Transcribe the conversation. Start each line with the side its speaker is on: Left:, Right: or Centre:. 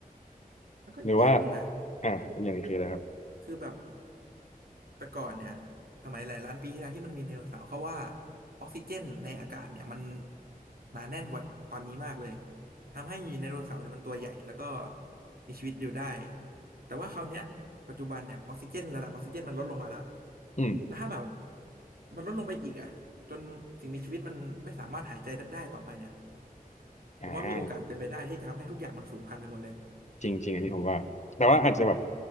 Right: แล้วก็อีกอย่างหนึ่งนะ
Left: หรือว่าอ่าอกอย่างหนึงคืออะไรครับ
Right: คือแบบ แต่ก่อนเนี่ยสมัยหลายล้านปีที่แล้วที่มันมีไดโนเสาร์เขาว่าออกซิเจนในอากาศเนี่ยมันหนาแน่นกว่าตอนนี้มากเลยทำให้ไดโนเสาร์เนี่ยมันตัวใหญ่แล้วก็มีชีวิตอยู่ได้แต่ว่าคราวเนี้ยปัจจุบันเนี่ยออกซิเจนระดับออกซิเจนมันลดลงมาแล้ว
Left: อืม
Right: แล้วถ้าแบบมันลดลงไปอีกอะจนสิ่งมีชีวิตมันไม่สามารถหายใจได้ต่อไปเนี่ย
Left: อ่า
Right: ผมว่ามีโอกาสเป็นไปได้ที่จะทำให้ทุกอย่างมันสูญพันธุ์ไปหมดเลย
Left: จริงจริงอันนี้ผมว่า แต่ว่าอาจจะแบบ